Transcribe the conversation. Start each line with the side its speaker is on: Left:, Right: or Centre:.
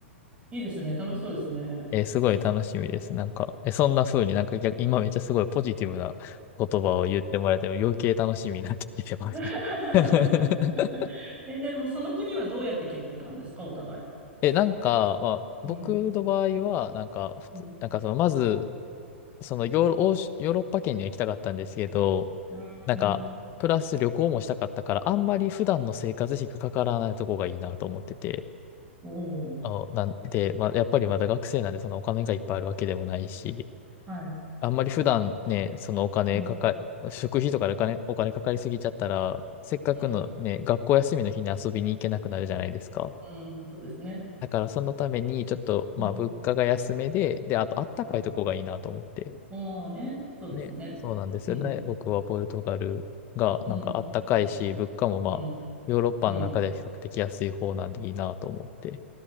Right: いいですね。楽しそうですね。
Left: えーすごい楽しみです。なんか、え、そんな風になんか逆、今めっちゃすごいポジティブな言葉を言ってもらえても余計楽しみになってきてます。
Right: <laughs>
Left: <laughs>
Right: え、でもその国はどうやって決めたんですか、お互い。
Left: え、なんか、まあ、
Right: うん。
Left: 僕の場合は、なんか、普通、
Right: うん。
Left: なんかその、まず、そのヨーロ、欧州ヨーロッパ圏には行きたかったんですけど、
Right: うん。
Left: なんか、プラス旅行もしたかったから、あんまり普段の生活費がかからないとこがいいなと思ってて、
Right: おお。
Left: あの、なんで、まあ、やっぱりまだ学生なんでそのお金がいっぱいあるわけでもないし、
Right: はい。
Left: あんまり普段ね、そのお金かか、
Right: うん。
Left: 食費とかでお金、お金かかりすぎちゃったら、せっかくのね、
Right: うん。
Left: 学校休みの日に遊びに行けなくなるじゃないですか。
Right: うん。そうですね。
Left: だからそのために、ちょっと、
Right: うん。
Left: まあ、物価が安めで、で、あとあったかいとこがいいなと思って。
Right: ああ、なるほど。ああね。そうですね。
Left: ね、そうなんですよね。
Right: うん。
Left: 僕はポルトガルがなんかあったかいし、
Right: うん。
Left: 物価もまあ、
Right: うんうん。うん。
Left: ヨーロッパの中では比較的安い方なんでいいなと思ってっ
Right: うん。